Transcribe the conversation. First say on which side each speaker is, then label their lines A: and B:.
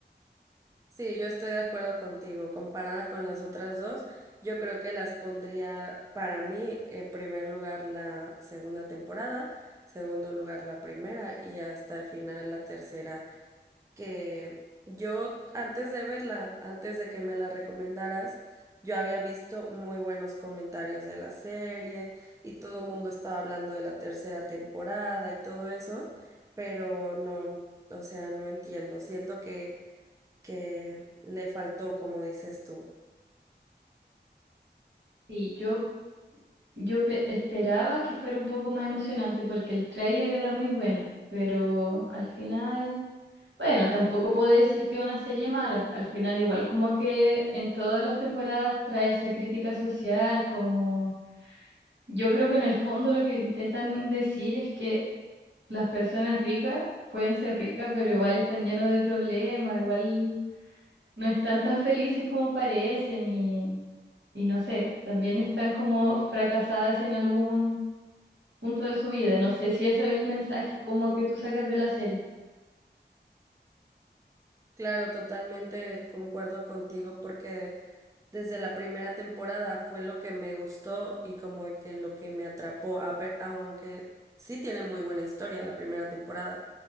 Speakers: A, on the right; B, on the right.
A: Sí, yo estoy de acuerdo contigo. Comparada con las otras dos, yo creo que las pondría para mí en primer lugar la segunda temporada, segundo lugar la primera y hasta el final la tercera, que yo antes de verla, antes de que me la recomendaras, yo había visto muy buenos comentarios de la serie y todo el mundo estaba hablando de la tercera temporada y todo eso, pero no, o sea, no entiendo. Siento que que le faltó, como dices tú.
B: Sí, yo Yo pe- esperaba que fuera un poco más emocionante porque el tráiler era muy bueno, pero al final, bueno, tampoco puedo decir que es una serie mala. Al final, igual como que en todas las temporadas trae esa crítica social, como yo creo que en el fondo lo que intentan decir es que las personas ricas pueden ser ricas, pero igual están llenos de problemas, igual no están tan felices como parecen y, y no sé, también están como fracasadas en algún punto de su vida. No sé si eso es el mensaje como que tú sacas de la serie.
A: Claro, totalmente concuerdo contigo porque desde la primera temporada fue lo que me gustó y como que lo que me atrapó, a pe- aunque sí tiene muy buena historia la primera temporada.